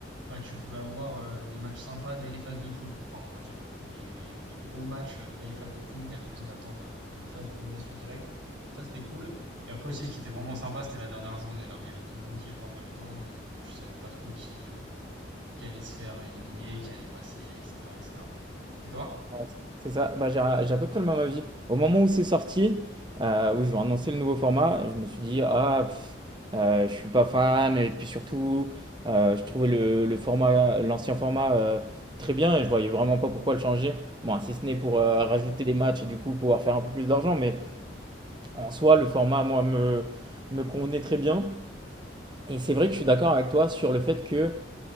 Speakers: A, on the right; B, on the right.
A: bah, tu pouvais avoir euh, des matchs sympas dès les phases de poule. Enfin, on va dire des, des gros matchs euh, dès les phases de poule. T'avais pas besoin d'attendre euh, les phases d'élimination directe. Ça, c'était cool. Et après aussi, ce qui était vraiment sympa, c'était la dernière journée là où il y avait tout le monde qui jouait en même temps et donc euh, tu savais pas trop qui euh, qui allait se faire éliminer, qui allait passer, etc., etc. Et cetera. Et toi?
B: Ouais, C'est ça, bah, j'ai j'ai à peu près le même avis. Au moment où c'est sorti, euh, où ils ont annoncé le nouveau format, je me suis dit, ah, pff, euh, je suis pas fan, et puis surtout, euh, je trouvais le, le format, l'ancien format euh, très bien, et je voyais vraiment pas pourquoi le changer. Bon, si ce n'est pour euh, rajouter des matchs et du coup pouvoir faire un peu plus d'argent, mais. En soi, le format, moi, me, me convenait très bien. Et c'est vrai que je suis d'accord avec toi sur le fait que